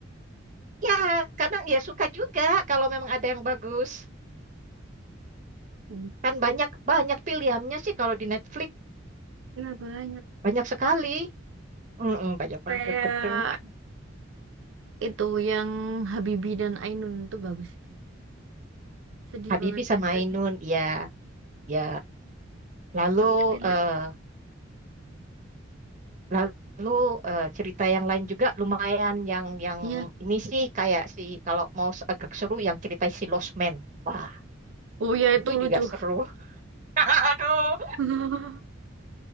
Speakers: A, on the right; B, on the right.
A: Ya, kadang ya suka juga kalau memang ada yang bagus.
B: Hmm.
A: Kan banyak banyak pilihannya sih kalau di Netflix,
B: Iya, banyak.
A: banyak sekali. Mm-mm, banyak
B: Kayak
A: banget betul.
B: Itu yang Habibie dan Ainun itu bagus itu. Sedih
A: Habibie
B: banget
A: sama
B: ceritanya.
A: Ainun, ya, ya. Lalu
B: Sampai relate.
A: eh lalu eh, cerita yang lain juga lumayan yang yang
B: Iya.
A: ini sih kayak si kalau mau agak seru yang cerita si Lost Man. Wah,
B: Oh ya
A: itu
B: itu lucu.
A: juga seru. <laughs> Aduh.
B: <laughs>